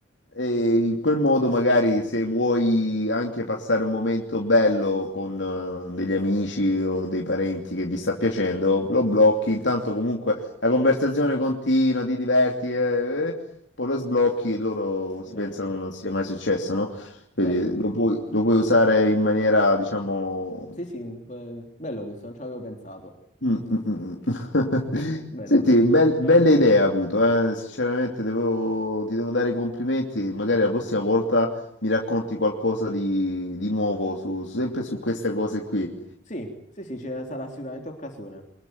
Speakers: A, on the left; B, on the left.
A: e in quel modo, magari, se vuoi anche passare un momento bello con eh, degli amici o dei parenti che ti sta piacendo, lo blocchi. Intanto, comunque, la conversazione continua, ti diverti, eh, eh, poi lo sblocchi e loro
B: vero,
A: si pensano che non sia mai successo, no? Quindi
B: bello.
A: lo puoi, lo puoi usare in maniera, diciamo.
B: Sì, sì, be- bello questo, non ci avevo pensato.
A: Mm, mm, mm, mm. <laughs>
B: Bello,
A: Senti,
B: bello.
A: bel- bella idea avuto, eh. Sinceramente devo- ti devo dare i complimenti e magari la prossima volta mi racconti qualcosa di, di nuovo su, sempre su queste cose qui.
B: Sì, sì, sì, ce ne sarà sicuramente occasione.